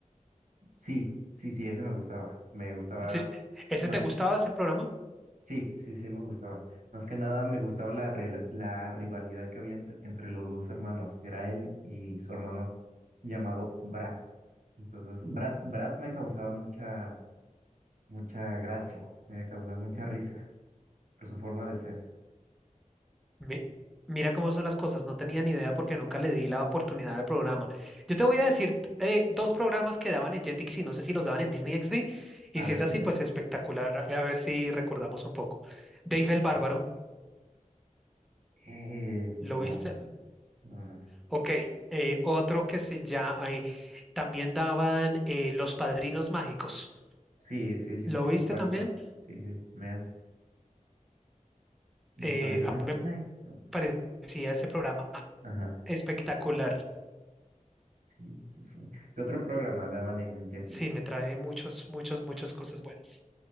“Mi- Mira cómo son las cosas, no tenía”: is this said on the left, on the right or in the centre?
Centre